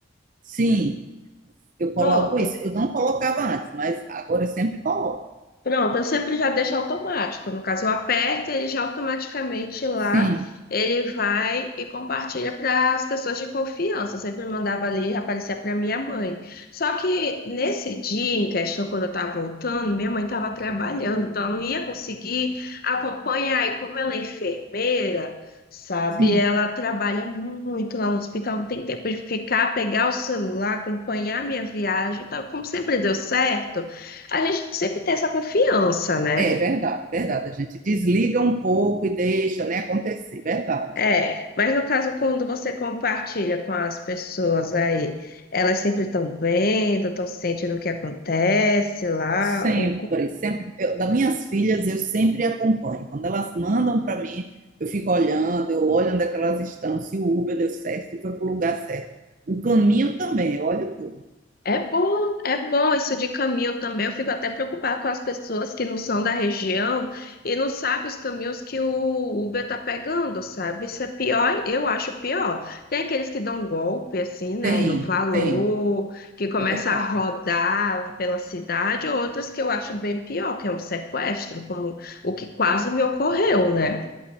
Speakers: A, on the right (about 45°); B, on the left (about 50°).
A: Sim. Eu coloco
B: Pronto.
A: isso. Eu não colocava antes, mas agora eu sempre coloco.
B: Pronto, eu sempre já deixo automático. No caso, eu aperto, e ele já automaticamente lá,
A: Sim,
B: ele vai e compartilha para as pessoas de confiança. Eu sempre mandava ali, aparecia para minha mãe. Só que nesse dia em questão, quando eu estava voltando, minha mãe estava trabalhando, então eu não ia conseguir acompanhar. E como ela é enfermeira, sabe,
A: sim.
B: ela trabalha muito lá no hospital, não tem tempo de ficar, pegar o celular, acompanhar a minha viagem. Então, como sempre deu certo. A gente sempre tem essa confiança, né?
A: É verdade, verdade. A gente desliga um pouco e deixa, né, acontecer. Verdade.
B: É, mas no caso, quando você compartilha com as pessoas aí, elas sempre estão vendo, estão sentindo o que acontece lá,
A: Sempre,
B: ou
A: sempre. Eu, das minhas filhas, eu sempre acompanho. Quando elas mandam para mim, eu fico olhando, eu olho onde é que elas estão, se o Uber deu certo, se foi para o lugar certo. O caminho também, eu olho tudo.
B: É bom, é bom isso de caminho também. Eu fico até preocupada com as pessoas que não são da região e não sabem os caminhos que o Uber tá pegando, sabe? Isso é pior, eu acho pior. Tem aqueles que dão golpe, assim, né,
A: Tem,
B: no valor,
A: tem.
B: que começa
A: É verdade.
B: a rodar pela cidade, outros que eu acho bem pior, que é um sequestro, como o que quase me ocorreu, né?